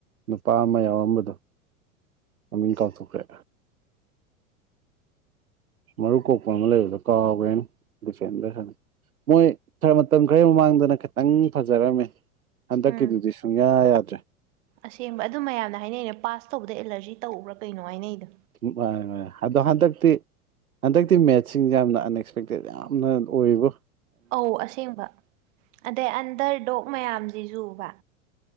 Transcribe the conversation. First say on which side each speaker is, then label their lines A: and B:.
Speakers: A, on the right; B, on the right.
A: ꯅꯨꯄꯥ ꯑꯃ ꯌꯥꯎꯔꯝꯕꯗꯣ ꯃꯃꯤꯡ ꯀꯥꯎꯊꯣꯛꯈ꯭ꯔꯦ ꯃꯔꯨ ꯀꯣꯛꯄ ꯑꯃ ꯂꯩꯕꯗꯣ ꯀꯥꯎꯒꯔꯦꯅꯦ ꯗꯤꯐꯦꯟꯗꯔ ꯁꯥꯟ ꯃꯣꯏ ꯈꯔ ꯃꯇꯝ ꯈꯔꯒꯤ ꯃꯃꯥꯡꯗꯅ ꯈꯤꯇꯪ ꯐꯖꯔꯝꯃꯦ ꯍꯟꯗꯛꯀꯤꯗꯨꯗꯤꯁꯨ꯫
B: ꯎꯝ
A: ꯁꯨꯡꯌꯥ ꯌꯥꯗ꯭ꯔꯦ
B: ꯑꯁꯦꯡꯕ ꯑꯗꯨ ꯃꯌꯥꯝꯅ ꯍꯥꯏꯅꯩꯩꯅ ꯄꯥꯁ ꯇꯧꯕꯗ ꯑꯦꯂꯔꯖꯤ ꯇꯧꯕ꯭ꯔꯥ ꯀꯩꯅꯣ ꯍꯥꯏꯅꯩꯗꯣ
A: ꯃꯅꯦ ꯃꯅꯦ ꯑꯗꯣ ꯍꯟꯗꯛꯇꯤ ꯍꯟꯗꯛꯇꯤ ꯃꯦꯠꯁꯁꯤꯡꯁꯦ ꯌꯥꯝꯅ ꯑꯟꯑꯛꯁꯄꯦꯛꯇꯦꯠ ꯌꯥꯝꯅ ꯑꯣꯏꯌꯦꯕꯣ
B: ꯑꯧ ꯑꯁꯦꯡꯕ ꯑꯗꯩ ꯑꯟꯗꯔ ꯗꯣꯛ ꯃꯌꯥꯝꯖꯤꯁꯨꯕ